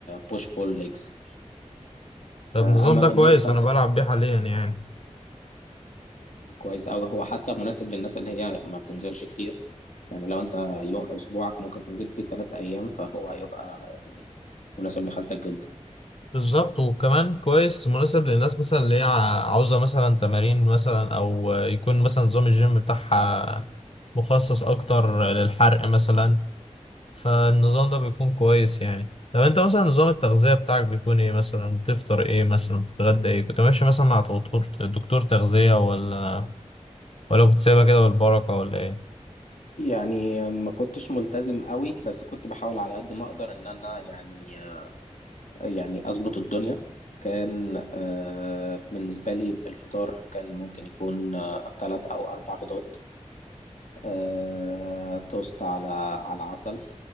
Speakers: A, on the left; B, on the left.
A: بوش بول ليجز
B: طب النظام
A: أما
B: ده
A: بالنسبة
B: كويس أنا
A: ل-
B: بلعب بيه حاليا يعني
A: كويس أوي هو حتى مناسب للناس اللي هي ما بتنزلش كتير يعني لو أنت يو- أسبوعك ممكن تنزل فيه تلات أيام فهو هيبقى يعني مناسب لحالتك جدا
B: بالظبط وكمان كويس مناسب للناس مثلا اللي هي ع- عاوزة مثلا تمارين مثلا أو يكون مثلا نظام الجيم بتاعها مخصص أكتر للحرق مثلا فالنظام ده بيكون كويس يعني طب أنت مثلا نظام التغذية بتاعك بيكون إيه مثلا بتفطر إيه مثلا بتتغدى إيه كنت ماشي مثلا مع دكتور دكتور تغذية ولا ولا كنت سايبها كده بالبركة ولا إيه؟
A: يعني ما كنتش ملتزم قوي بس كنت بحاول على قد ما أقدر إن أنا يعني آه، يعني أظبط الدنيا كان آه، بالنسبة لي الفطار كان ممكن يكون آه، تلات أو أربع بيضات آه، توست على على عسل